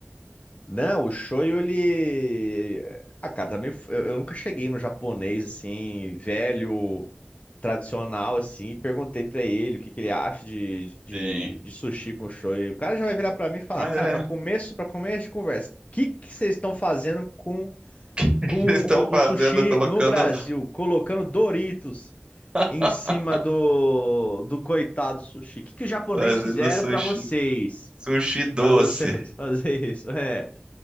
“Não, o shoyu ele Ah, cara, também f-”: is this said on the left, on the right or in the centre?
Left